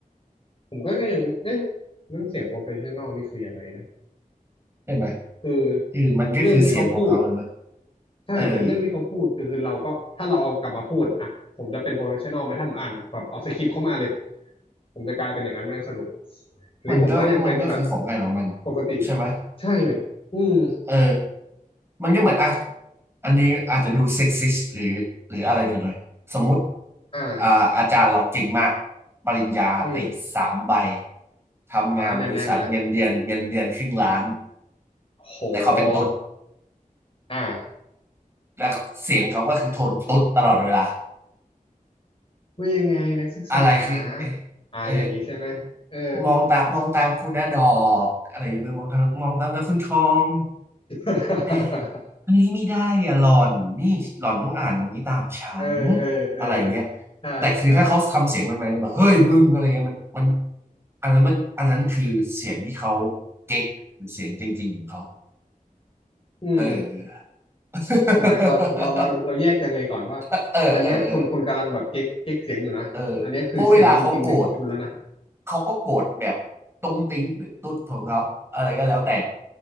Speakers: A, on the left; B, on the right.
A: ผมก็ยังเอ๊ะเรื่องเสียง professional นี่คือยังไงนะ
B: ใช่ไหม
A: คือ
B: คือมันก็คือเสียงของเขาเลยนะ
A: เรื่องที่เขาพูด ใช่
B: เออ
A: แต่เรื่องที่เขาพูดคือเราก็ถ้าเราเอากลับมาพูดอ่ะผมจะเป็น professional ไหมถ้าผมอ่านแบบเอาสคริปต์เข้ามาเลยผมจะกลายเป็นอย่างนั้นแม่งสรุปหรือผมก็ยังเป็นแบบ
B: มันก็มันก็คือของใครของมัน
A: ปกติ
B: ใช่ไหม
A: ใช่ไหมอืม
B: เออมันก็เหมือนอ่ะอันนี้อาจจะดูเซ็กซิสหรือหรืออะไรหน่อยๆสมมติ
A: อ่า
B: อ่าอาจารย์เราเก่งมากปริญญาติสามใบ
A: อืม
B: ทำงานบริษัทเงินเดือนเงินเดือนครึ่งล้าน
A: อ่าแน่นๆเลยโห
B: แต่เขาเป็นตุ๊ด
A: อ่า
B: แล้วเสียงเขาก็คือโทนตุ๊ดตลอดเวลา
A: ว่ายังไงนักศึกษา
B: อะไรคือเอ
A: อ่าอย่างนี้ใช่ไหมเออ
B: เอมองตามมองตามคุณนะดอกอะไรอย่างเงี้ยมองตามมองตามนะคุณชอง
A: <laughs>
B: เอ๊ะอันนี้ไม่ได้อะหล่อนนี่หล่อนต้องอ่านตรงนี้ตามฉัน
A: เออเออ เออ
B: อะไรอย่างเงี้ย
A: ใช่ใช่
B: แต่คือถ้าเขาทำเสียงแมนๆแบบเฮ้ยมึงอะไรเงี้ยมันมันอันนั้นมันอันนั้นคือเสียงที่เขาเก๊กหรือเสียงจริงๆของเขา
A: อืม
B: เออ <laughs>
A: ถูกไหมเราเราเราเราแยกยังไงก่อนว่า
B: เออเออเออ
A: อันเนี้ยคนคนกำลังแบบเก๊กเก๊กเสียงอยู่นะ
B: เออ
A: อันเนี้ยคือเสียงจริงๆในของคุณแล้วนะ
B: เพราะเวลาเขาโกรธเขาก็โกรธแบบตุ้งติ้งหรือตุ๊ดของเขาอะไรก็แล้วแต่